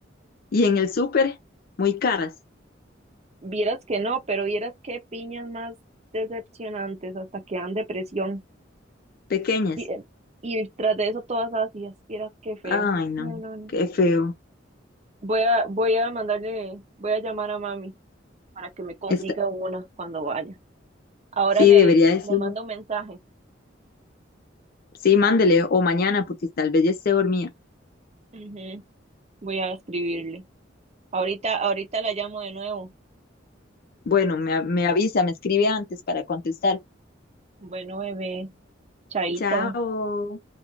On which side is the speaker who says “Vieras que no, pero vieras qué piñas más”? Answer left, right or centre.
Right